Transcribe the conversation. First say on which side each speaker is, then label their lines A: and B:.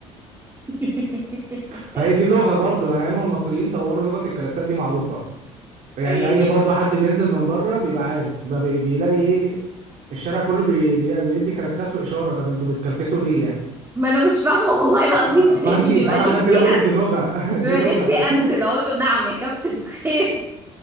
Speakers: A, on the right; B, on the right.
A: <laughs>
B: فهي دي اللغة برضو ايام المصريين طوروا لغة الجالاكسات دي معروفة يعني
A: يعني
B: اي برضو حد بينزل من بره بيبقى عارف بقى بي... بيلاقي ايه الشارع كله بي... بي... بيدي كلاكسات في اشارة طب انتوا بتكلكسوا ليه يعني
A: ما انا مش فاهمه والله العظيم
B: ف-
A: <laughs> يعني
B: فانت
A: بيبقى
B: فانا
A: نفسي
B: عشان كده بقول
A: أر...
B: لك دي لغه <laughs> دي
A: بيبقى
B: لغه
A: نفسي انزل اقول له نعم يا كابتن خير